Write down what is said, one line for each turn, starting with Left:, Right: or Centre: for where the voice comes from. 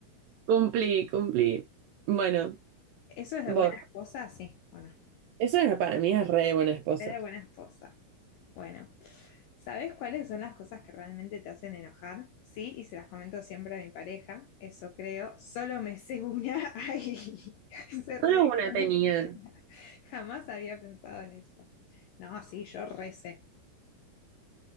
Right: Cumplí, cumplí. Bueno,
Left: Eso es de
Right: vos.
Left: buena esposa, sí, bueno,
Right: Eso era para mí es re buena esposa.
Left: es de buena esposa. Bueno, ¿sabes cuáles son las cosas que realmente te hacen enojar? Sí, y se las comento siempre a mi pareja, eso creo. Solo me sé una, <laughs> ay, se re
Right: Solo una
Left: desconocida.
Right: tenían.
Left: Jamás había pensado en eso. No, sí, yo recé.